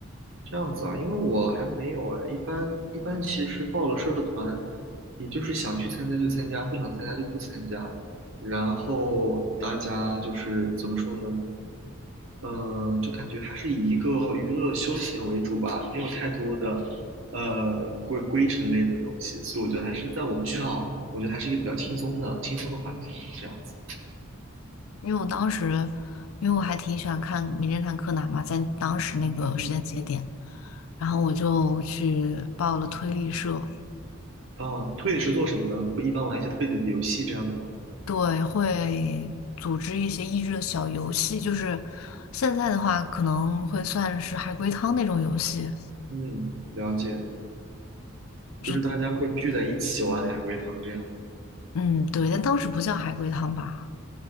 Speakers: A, on the right; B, on the left.
A: 这样子啊，因为我还没有哎，一般一般其实报了社团，你就是想去参加就参加，不想参加就不参加。然后大家就是怎么说呢？嗯，就感觉还是以一个娱乐休闲为主吧，没有太多的呃规规程类的东西，所以我觉得还是在我们学校，我觉得还是一个比较轻松的轻松的环境这样子。
B: 因为我当时因为我还挺喜欢看《名侦探柯南》嘛，在当时那个时间节点，
A: 嗯嗯，
B: 然后我就去报了推理社，
A: 啊，推理是做什么呢？会一般玩一些推理的游戏这样的吗？
B: 对，会组织一些益智的小游戏，就是现在的话可能会算是海龟汤那种游戏，
A: 嗯，了解。就是大家会聚在一起玩海龟汤这样。
B: 是嗯对，但当时不叫海龟汤吧，